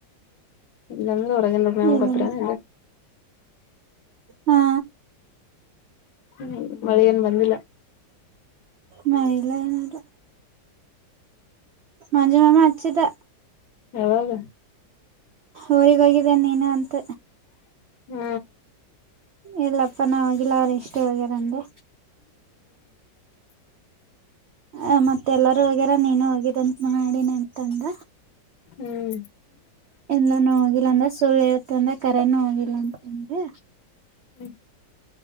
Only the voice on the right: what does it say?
ಇ
ಹಾ
ಮಹಿಲನಲ್ಲ ಮಂಜು ಮಾಮಾ ಹಚ್ಚಿದ್ದ
ಅವರಿಗಾಗಿ ಇದ ನೀನು ಅಂತ
ಇಲ್ಲಪ್ಪ ನವಾಗಿಲ್ಲಾರಿ ಇಷ್ಟೇ ಹೋಗೋದು ಅಂದೆ ಆ ಮತ್ತೆ ಎಲ್ಲಾರೂ ಹೋಗ್ಯಾರ ನೀನು ಹೋಗಿದಂತ ಮಾಡಿನಿ ಅಂತಂದ
ಎಲ್ಲಾನೂ ಹೋಗಿಲ್ಲ ಅಂದ್ರ ಸುಳ್ಳ ಹೇಳ್ ತ ಕರೆನು ಹೋಗಿಲ್ಲ ಅಂತಂದೆ